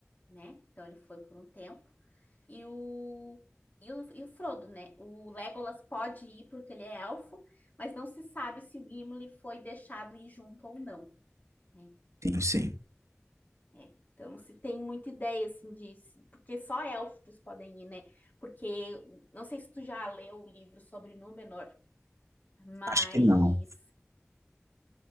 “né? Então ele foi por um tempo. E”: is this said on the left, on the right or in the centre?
Left